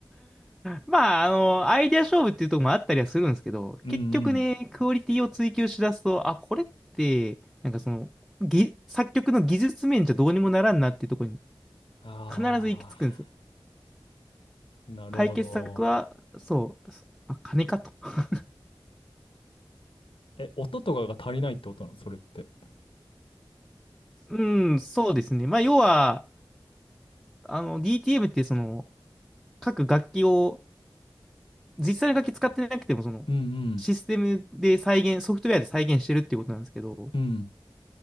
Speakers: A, in the centre; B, on the left (about 80°).
A: まあ、あの、アイデア勝負っていうところもあったりはするんですけど、
B: うんうん。
A: 結局ね、クオリティを追求しだすと、あ、これって、なんかその、ぎ、作曲の技術面じゃどうにもならんなっていうところに
B: ああ、
A: 必ず行き着くんですよ。
B: なるほど。
A: 解決策は、そう、そあ、金かと。<laughs>
B: え、音とかが足りないってことなのそれって。
A: うん、そうですね。まあ、要は、あの、DTM ってその、各楽器を、実際の楽器使ってなくても、その、
B: うん
A: システムで再現、ソフトウェアで再現してるっていうことなんですけど、
B: うん。うん。